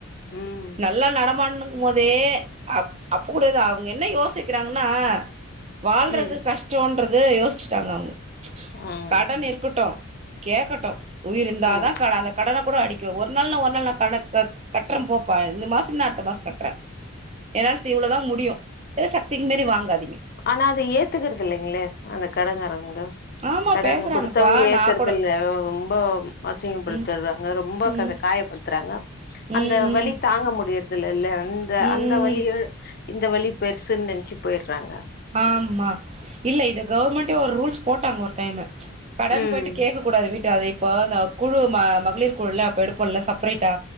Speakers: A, on the left (about 45°); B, on the right (about 30°).
A: ம்
B: நல்லா <unintelligible> அப் அப்ப கூட எதொ அவுங்க என்ன யோசிக்கிறாங்கன்னா வாழ்றது
A: ம்
B: கஷ்டோன் றது யோசுச்சுட்டாங்க அவுங்க
A: ம்
B: கடன் இருக்கட்டு கேக்கட்டு உயிர் இந்தாதா
A: ம்
B: கட அந்த கடன கூட அடிக்க ஒரு நாள்ன ஒரு நாள் நா கட‌ அ கட்றம் போப்பா இந்த மாச இல்ல அடுத்த மாச கட்றே என்னால் சி இவ்ளொதா முடியு எ சக்திக்கு மீறி வாங்காதீங்க
A: ஆனா அத ஏத்துக்குறது இல்லங்களே அந்த கடங்காரவுங் க
B: ஆமா
A: கடன்
B: பேசுறாங்கப்பா
A: குடுத்தவுங்க ஏத்துரதுல்ல
B: நா கூட
A: ரொம்ப அசிங்கப்படுத்திர்றாங்க
B: ம்
A: ரொம்ப
B: ம்
A: கச காயப்படுத்துறாங்க அந்த
B: ம்
A: வலி தாங்க முடியர் தில்லெல்ல இந்த
B: ம்
A: அந்த வலிய
B: ம்
A: இந்த வலி பெருசுன் நென்ச்சு போயிர்றாங்க
B: ஆமா இல்ல இது கவர்மெண்ட்டே ஒர் ரூல்ஸ் போட்டாங்க ஒரு டைமு கடன்
A: ம்
B: போயிட்டு கேக்கக் கூடாது விட் டு அது இப்போ த குழு ம மகளிர் குழுல்ல அப்ப எடுப்போல்ல சப்பரேட் டா